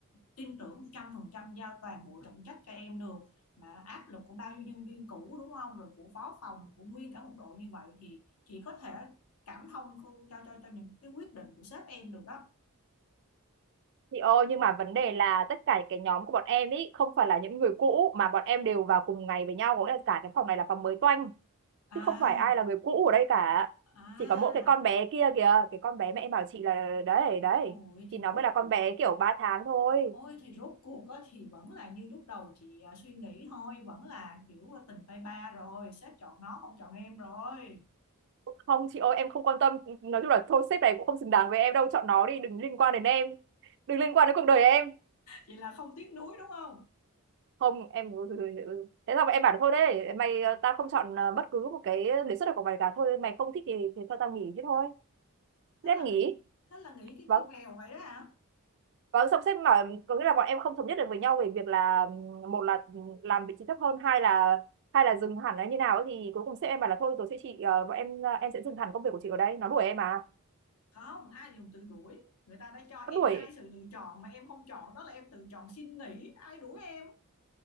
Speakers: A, on the left; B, on the right.
A: tin tưởng 100% giao toàn bộ trọng trách cho em được mà áp lực của bao nhiêu nhân viên cũ đúng không? Rồi của phó phòng của nguyên cả một đội như vậy thì chị có thể cảm thông không cho cho cho những cái quyết định của sếp em được đó
B: thì ô nhưng mà vấn đề là tất cả cái nhóm của bọn em ý không phải là những người cũ mà bọn em đều vào cùng ngày với nhau có nghĩa là cả cái phòng này là phòng mới toanh
A: À,
B: chứ không phải ai là người cũ ở đây cả
A: à,
B: chỉ có mỗi cái con bé kia kìa cái con bé mẹ em bảo chị là đấy đấy
A: ôi thì
B: thì nó
A: rốt
B: mới là
A: cuộc,
B: con bé kiểu 3 tháng thôi
A: ôi thì rốt cuộc á, thì vẫn là như lúc đầu chị à, suy nghĩ thôi, vẫn là kiểu tình tay ba rồi, sếp chọn nó không chọn em rồi,
B: không chị ơi em không quan tâm nói chung là thôi sếp này cũng không xứng đáng với em đâu chọn nó đi đừng liên quan đến em đừng liên quan đến cuộc đời em
A: vậy là không tiếc nuối đúng không?
B: không em ừ, ừ, ừ, ừ. thế sao em bảo là thôi đấy mày ờ, tao không chọn ờ, bất cứ một cái đề xuất nào của mày cả thôi mày không thích thì thì thôi tao nghỉ thế thôi thế
A: Thế
B: em
A: là
B: nghỉ
A: nghĩ, thế là nghĩ cái
B: và
A: cái vèo vậy đó hả?
B: và xong xếp mà có nghĩa là bọn em không thống nhất được với nhau về việc là ừm, một là làm vị trí thấp hơn hai là hai là dừng hẳn là như nào ấy, thì cuối cùng sếp em bảo là thôi tôi sẽ chị ờ, bọn em ờ, em sẽ dừng hẳn công việc của chị ở đây nó đuổi em à
A: Không, ai dùng tự đuổi, người ta đã cho
B: nó
A: em
B: đuổi
A: hai sự lựa chọn mà em không chọn, đó là em tự chọn xin nghỉ, ai đuổi em?